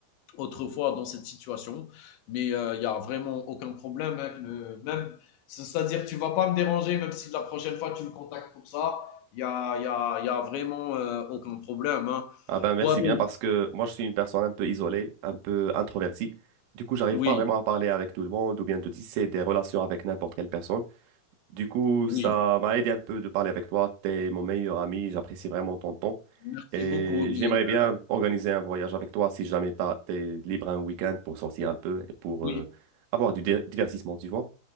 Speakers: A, on the left; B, on the right.
A: autrefois dans cette situation. Mais euh, il y n'y a vraiment aucun problème. hein, que le- même, c'est- c'est-à-dire, tu vas pas me déranger, même si la prochaine fois tu me contactes pour ça. Il y a, il y a, il y a vraiment euh, aucun problème. hein.
B: Ah ben merci
A: Quoi d'autre?
B: bien parce que moi je suis une personne un peu isolée, un peu introvertie. Du coup, j'arrive
A: Oui,
B: pas vraiment à parler avec tout le monde ou bien de tisser des relations avec n'importe quelle personne. Du coup,
A: oui.
B: ça m'a aidé un peu de parler avec toi. T'es mon meilleur ami, j'apprécie vraiment ton temps.
A: Merci
B: Et
A: beaucoup. Oui,
B: j'aimerais bien organiser un voyage avec toi si jamais t'as- t'es libre un week-end pour sortir un peu et pour
A: Oui,
B: euh, avoir du di- divertissement, tu vois.